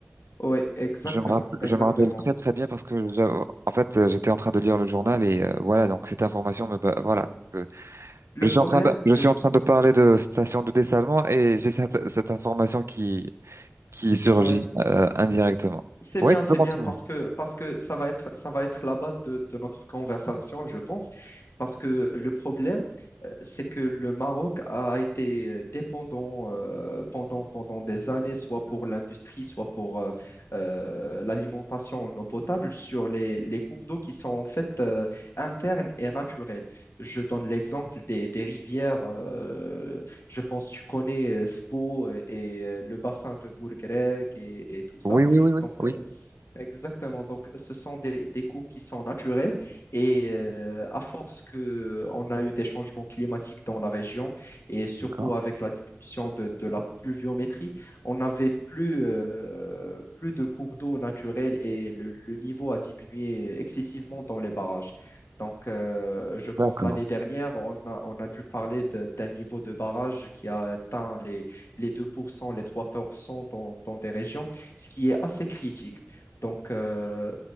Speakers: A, on the left (about 85°); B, on the right (about 80°).
A: Ouais, exactement,
B: Je me rappelle,
A: exactement.
B: je me rappelle très très bien parce que j'a- en fait, euh, j'étais en train de lire le journal et euh, voilà, donc cette information me ba- voilà. Euh,
A: Le
B: Je
A: problème,
B: suis en train de, je
A: le,
B: suis en train de parler de stations de dessalement et j'ai cette, cette information qui qui surgit
A: ouais.
B: euh, indirectement.
A: C'est
B: Ouais,
A: bien,
B: tu
A: c'est
B: peux continuer.
A: bien parce que, parce que ça va être, ça va être la base de, de notre conversation, je pense. Parce que le problème, euh, c'est que le Maroc a été euh, dépendant euh, pendant, pendant des années, soit pour l'industrie, soit pour euh, euh, l'alimentation en eau potable, sur les, les cours d'eau qui sont en fait euh, internes et naturels. Je donne l'exemple des, des rivières. euh, je pense que tu connais euh, Spo et euh, le bassin de Bourgrec et et tout ça.
B: Oui, oui, oui, oui,
A: Donc,
B: oui.
A: euh, c- exactement. Donc, ce sont des, des cours qui sont naturels et euh, à force que on a eu des changements climatiques dans la région et surtout
B: D'accord.
A: avec la diminution de, de la pluviométrie, on n'avait plus, euh, plus de cours d'eau naturels et le, le niveau a diminué excessivement dans les barrages. Donc, euh, je pense
B: D'accord.
A: l'année dernière, on a, on a dû parler de- d'un niveau de barrage qui a atteint les, les 2%, les 3% dans, dans des régions ce qui est assez critique. Donc, euh,